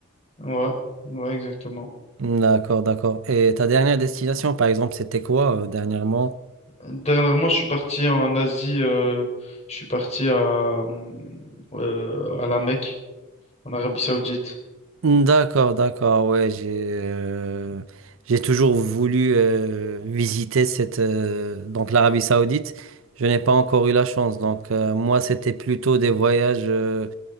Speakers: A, on the left (about 30°); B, on the right (about 65°).
A: Ouais, ouais, exactement.
B: D'accord, d'accord. Et ta dernière destination, par exemple, c'était quoi euh, dernièrement?
A: Dernièrement, je suis parti en Asie, euh, je suis parti à, hum, euh, à la Mecque, en Arabie Saoudite.
B: D'accord, d'accord, ouais, j'ai euh, j'ai toujours voulu euh, visiter cette euh, donc l'Arabie Saoudite. Je n'ai pas encore eu la chance. Donc euh, moi, c'était plutôt des voyages euh,